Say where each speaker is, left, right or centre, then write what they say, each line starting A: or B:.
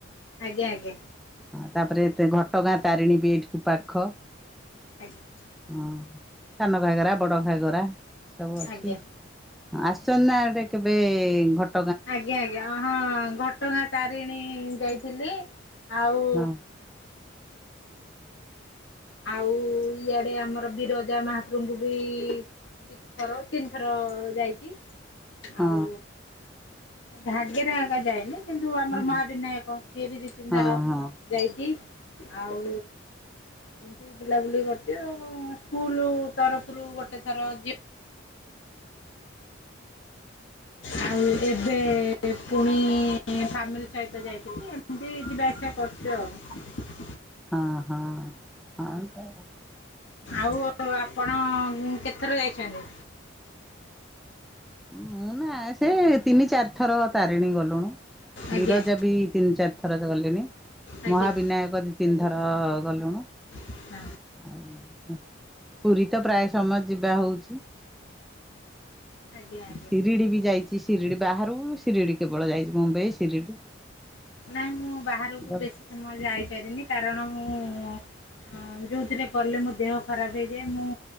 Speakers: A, on the left; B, in the centre.
A: ଆଜ୍ଞା ଆଜ୍ଞା
B: ତାପରେ ଘ ଟଗାଁ ତାରିଣୀ ବି ଏଠିକୁ ପାଖ।
A: ଆଜ୍ଞା।
B: ହଁ ସାନ ଘାଗରା ବଡ ଘାଗରା ସବୁ
A: ଆଜ୍ଞା।
B: ଅଛି। ଆସନ୍ ନା ଆଡେ କେବେ ଘଟ
A: ଆଜ୍ଞା ଆଜ୍ଞା ହଁ ଘଟ୍ ଘଟଗାଁ ତାରିଣୀ ଯାଇଥିଲି ଆଉ
B: ହଁ
A: ଆଉ ଇଆଡେ ଆମର ବିରଜା ମହାପ୍ରଭଙ୍କୁ ବି ଦିଥର ତିନି ଥର ଯାଇଛି।
B: ହଁ
A: ଆଉ ଘାଗେରା ଅବା ଯାଇନି। କିନ୍ତୁ ଆମର
B: ହଁ
A: ମାହା ବିିନାୟକ ସିଏ ବି ଦୁଇ ତିନିଥର
B: ହଁ
A: ଯାଇଚି ଆଉ।
B: <inaudible>
A: ଏମତି ବୁଲାବୁଲି କରିଚି ଆଉ ସ୍କୁଲୁ ତରଫରୁ ଗୋଟେ ଥର ଝିଅ ଆଉ ଏବେ ପୁଣି ଫାମିଲି ସହିତ ଯାଇଥିଲି। ଏମିତି ଯିବା ଆସିବା କରୁଚୁ ଆଉ।
B: ହଁ ହଁ ହ ତାଆ
A: ଆଉ ଆପଣ କେତେ ଥର ଯାଇଛନ୍ତି?
B: ମୁଁଁ ନା ସେ ତେ ତିନି ଚାରି ଥର ତାରିଣୀ ଗଲୁଣୁ
A: ଆଜ୍ଞା
B: ବିରଜା ବି ତିନି ଚାରି ଥର ଗଲିଣି।
A: ଆଜ୍ଞା
B: ମହାବିନାୟକ ଦିଇ ତିନିଥର ଗଲୁଣି।
A: ହଁ
B: ଆଉ ପୁରୀ ତ ପ୍ରାୟ ସମୟ ଯିବା ହଉଚି।
A: ଆଜ୍ଞା ଆଜ୍ଞା
B: ଶିରିଡି ବି ଯାଇଚି। ଶିରିଡି ବାହାରୁ ଶିରିଡି କେବଳ ଯାଇଚି ମୁମବାଇ ଶିରିଡି।
A: ନାଇଁ ମୁଁ ବାହାରକୁ
B: ହଁ
A: ବେଶୀ ସମୟ ଯାଇପାରିନି କାରଣ ମୁଁ ହଁ ଯୋଉଥିରେ ଗଲେ ମୋ ଦେହ ଖରାପ ହେଇଯାଏ। ମୁଁ